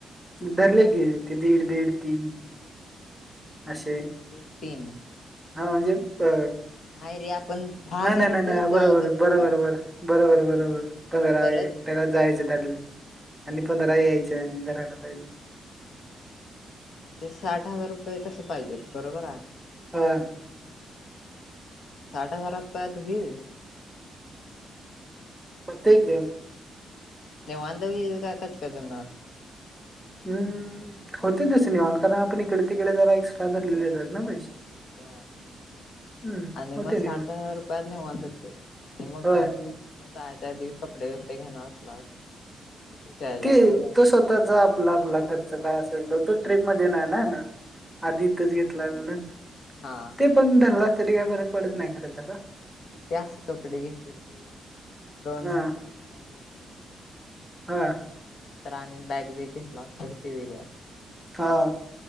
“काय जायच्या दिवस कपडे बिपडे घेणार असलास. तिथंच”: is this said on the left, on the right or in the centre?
Left